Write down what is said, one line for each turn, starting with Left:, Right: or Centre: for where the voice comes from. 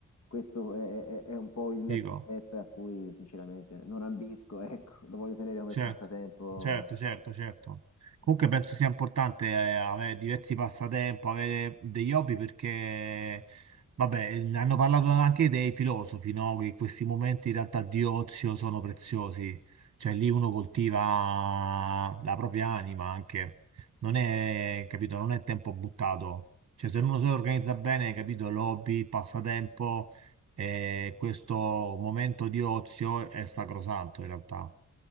Left: questo è, è- è un po' il next
Right: dico.
Left: step a cui sinceramente non ambisco, <laughs> ecco, lo voglio tenere come
Right: Certo,
Left: passatempo.
Right: certo, certo, certo. Comunque
Left: così.
Right: penso sia importante eh, avere diversi passatempo, avere degli hobby perché, vabbè, ne hanno parlato anche dei filosofi, no? Che questi momenti in realtà di ozio sono preziosi, cioè lì uno coltiva la propria anima anche, non è, capito, non è tempo buttato. Cioè se uno si organizza bene, capito, l'hobby, il passatempo, eh, questo momento di ozio è sacrosanto in realtà.